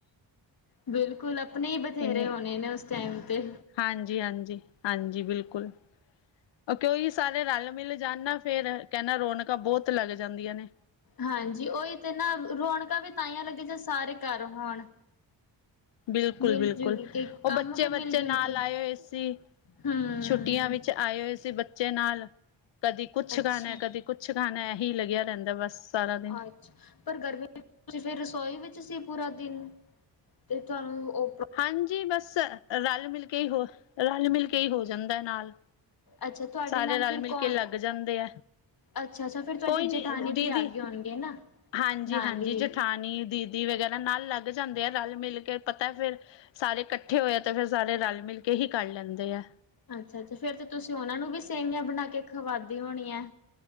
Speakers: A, on the left (about 50°); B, on the left (about 70°).
A: ਬਿਲਕੁਲ ਅਪਨੇ ਈ ਬਥੇਰੇ
B: ਇੰਨੀ
A: ਹੋਨੇ ਨੇ ਉਸ ਟਾਈਮ ਤੇ।
B: ਹਾਂਜੀ, ਹਾਂਜੀ, ਹਾਂਜੀ ਬਿਲਕੁਲ। ਅਕੇ ਓਈ ਸਾਰੇ ਰਲ ਮਿਲ ਜਾਨ ਨਾ, ਫੇਰ ਕੈਨਾ ਰੌਨਕਾਂ ਬੋਤ ਲੱਗ ਜਾਂਦੀਆਂ ਨੇ।
A: ਹਾਂਜੀ, ਓਈ ਤੇ ਨਾ, ਰੌਣਕਾਂ ਵੀ ਤਾਂਹੀਆਂ ਲੱਗਦੀ ਜੇ ਸਾਰੇ ਘਰ ਹੋਣ।
B: ਬਿਲਕੁਲ-ਬਿਲਕੁਲ,
A: ਮਿਲ ਜੁਲ ਕੇ ਕੰਮ
B: ਓ ਬੱਚੇ-ਵੱਚੇ
A: ਵੀ ਮਿਲ ਜੁਲ
B: ਨਾਲ
A: ਕੇ
B: ਆਏ ਹੋਏ ਸੀ।
A: ਹਮ
B: ਛੁੱਟੀਆਂ ਵਿੱਚ ਆਏ ਹੋਏ ਸੀ ਬੱਚ ਬੱਚੇ ਨਾਲ ਕਦੀ ਕੁੱਛ
A: ਅੱਛਾ
B: ਖਾਨਾ ਐ, ਕਦੀ ਕੁੱਛ ਖਾਨਾ ਐ, ਏਹੀ ਲੱਗਿਆ ਰਹਿੰਦਾ ਬਸ। ਸਾਰਾ ਦਿਨ।
A: ਅੱਛ ਪਰ ਗਰਮੀ ਤੇ ਫਿਰ ਰਸੋਈ ਵਿੱਚ ਸੀ ਪੂਰਾ ਦਿਨ ਤੇ ਤੁਹਾਨੂੰ ਉ
B: ਹਾਂਜੀ, ਬਸ ਰਲ ਮਿਲ ਕੇ ਹੀ ਹੋ ਰਲ ਮਿਲ ਕੇ ਹੀ ਹੋ ਜਾਂਦਾ ਨਾਲ।
A: ਅੱਛਾ ਤੁਹਾਡੇ
B: ਸਾਰੇ
A: ਨਾਲ
B: ਰਲ
A: ਫਿਰ
B: ਮਿਲ
A: ਕੌਣ
B: ਕੇ ਲੱਗ ਜਾਂਦੇ ਹੈ।
A: ਅੱਛਾ ਅੱਛਾ ਫਿਰ ਤੁਹਾਡੀ
B: ਕੋਈ ਨੀ
A: ਜੇਠਾਨੀ
B: ਦੀਦੀ
A: ਵੀ ਆ ਗਏ ਹੋਣਗੇ ਨਾ
B: ਹਾਂਜੀ-ਹਾਂਜੀ
A: ਨਾਲ ਹੀ
B: ਜੇਠਾ ਣੀ, ਦੀਦੀ ਵਗੈਰਾ ਨਾਲ ਲੱਗ ਜਾਂਦੇ ਆ ਰਲ ਮਿਲ ਕੇ ਪਤਾ ਫੇਰ ਸਾਰੇ ਕੱਠੇ ਹੋਏ ਆ ਤੇ ਫਿਰ ਸਾਰੇ ਰਲ-ਮਿਲ ਕੇ ਹੀ ਕਰ ਲੈਂਦੇ ਆ।
A: ਅੱਛਾ-ਅੱਛਾ, ਫੇਰ ਤੇ ਤੁਸੀ ਉਹਨਾ ਨੂੰ ਵੀ ਸੇਵੀਆ ਬਣਾ ਕੇ ਖਵਾਦੀ ਹੋਣੀਐ।